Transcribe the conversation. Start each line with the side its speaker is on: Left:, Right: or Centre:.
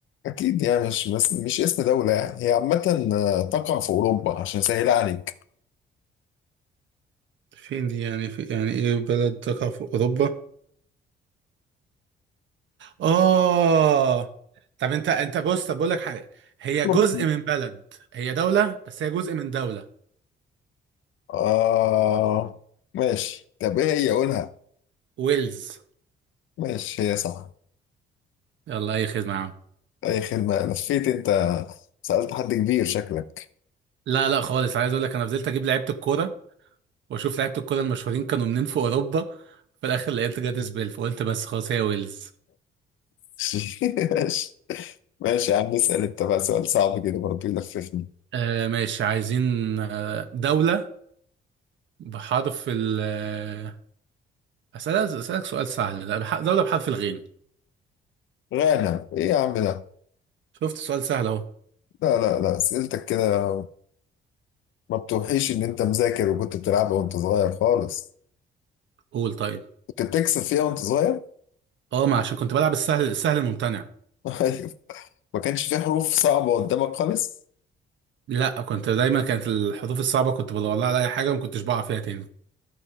Left: اكيد يعني مش بس مش اسم دوله يعني هي عامه تقع في اوروبا عشان اسهل عليك
Right: فين دي يعني في يعني ايه بلد تقع في اوروبا اه طب انت انت بص طب بقول لك حاجه هي
Left: أوروبا.
Right: جزء من بلد هي دوله بس هي جزء من دوله
Left: آه ماشي طب ايه هي قولها
Right: ويلز
Left: ماشي هي صح
Right: يلا اي خدمه يا عم
Left: اي خدمه لفيت انت سالت حد كبير شكلك
Right: لا لا خالص عايز اقول لك انا فضلت اجيب لعيبه الكوره واشوف لعيبه الكوره المشهورين كانوا منين في اوروبا في الاخر لقيت جاتس بيل فقلت بس خلاص هي ويلز
Left: <laughs> ماشي ماشي يا عم اسال انت بقى سؤال صعب كده برضه يلففني
Right: آه ماشي عايزين آه دوله بحرف ال آه، اسالك اسالك سؤال سهل ده بح- دوله بحرف الغين
Left: غانا ايه يا عم ده
Right: شفت سؤال سهل اهو
Left: لا لا لا اسئلتك كده ما بتوحيش ان انت مذاكر وكنت بتلعبها وانت صغير خالص
Right: قول طيب
Left: كنت بتكسب فيها وانت صغير <laughs>
Right: اه ما عشان كنت بلعب السهل السهل الممتنع
Left: أيوة. ما كانش في حروف صعبة قدامك خالص
Right: لا كنت دايما كانت الحروف الصعبة كنت بدور لها على أي حاجة وما كنتش بقع فيها تاني